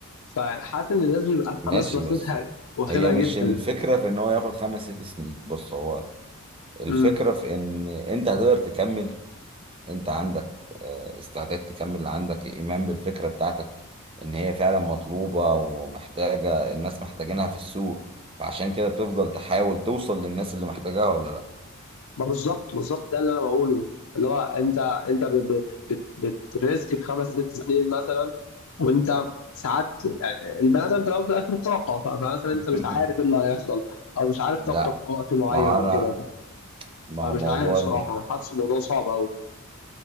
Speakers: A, on the left; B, on the right.
A: فحاسس إن الناس بيبقى الحماس
B: ماشي
A: واخدها
B: بس
A: واخدها
B: هي مش
A: جدا
B: الفكرة في ان هو ياخد خمس ست سنين بص هو الفكرة
A: امم
B: في ان انت هتقدر تكمل انت عندك آه، استعداد تكمل عندك ايمان بالفكرة بتاعتك ان هي فعلا مطلوبة ومحتاجة الناس محتاجينها في السوق فعشان كده بتفضل تحاول توصل للناس اللي محتاجاها ولا لا
A: ما بالظبط بالظبط ده اللي انا بقوله اللي هو انت انت ب- ب- بت- بتريسك بخمس ست سنين مثلا وانت ساعات يعني البني ادم في الاول وفي الاخر طاقه ف- فمثلا انت
B: <laughs>
A: مش عارف ايه اللي هيحصل او مش عارف
B: لا
A: طاقتك في وقت معين
B: ما هو
A: او
B: انا
A: كده
B: ما
A: فمش
B: هو موضوع
A: عارف صراحه انا حاسس الموضوع صعب قوي